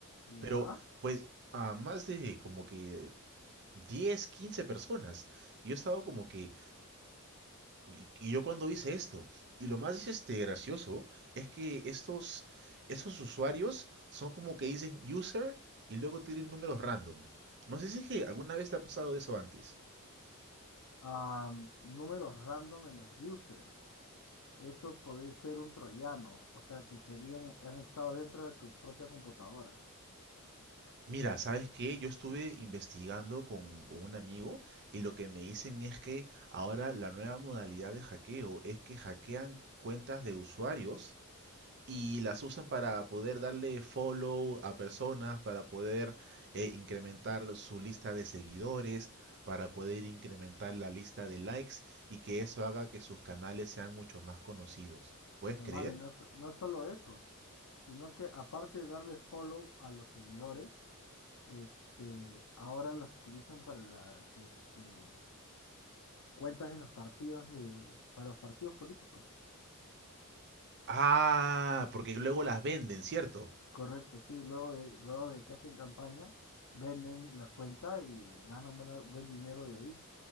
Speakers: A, on the left (about 70°); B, on the right (about 50°).
A: Ya.
B: pero pues a más de como que 10 15 personas. Y yo he estado como que, y, y yo cuando hice esto, y lo más este, gracioso es que estos, estos usuarios son como que dicen user y luego tienen números random. No sé si es que alguna vez te ha pasado eso antes.
A: Am, números random en los user. Eso puede ser un troyano, o sea, que querían, han estado dentro de tu propia computadora.
B: Mira, ¿sabes qué? Yo estuve investigando con, con un amigo y lo que me dicen es que ahora la nueva modalidad de hackeo es que hackean cuentas de usuarios y las usan para poder darle follow a personas, para poder eh, incrementar su lista de seguidores, para poder incrementar la lista de likes y que eso haga que sus canales sean mucho más conocidos. ¿Puedes
A: Hermano,
B: creer?
A: y no, so- no solo eso, sino que aparte de darle follow a los seguidores, este, ahora las utilizan para las este, cuentas de los partidos de, para los partidos políticos.
B: Ah, porque luego las venden, ¿cierto?
A: Correcto, sí, luego de, luego de que hacen campaña, venden la cuenta y ganan buena- buen dinero de ahí.